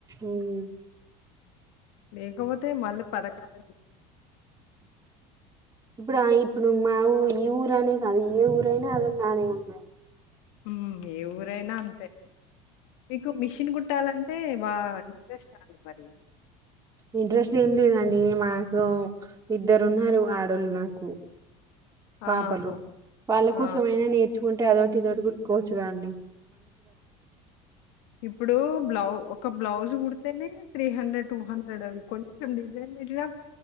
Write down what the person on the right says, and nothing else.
మ్మ్
ఇప్పుడు ఇప్పుడు మా ఊ ఈ ఊరనే కాదు ఏ ఊరైనా అద నానే ఉన్నాయి
ఇంట్రెస్ట్ ఏం లేదండి మాకు ఇద్దరు ఉన్నారు ఆడోళ్ళు నాకు పాపలు
వాళ్ళ
కోసమైనా నేర్చు కుంటే అదోటి ఇదటి గుట్టుకోవచ్చు కాండి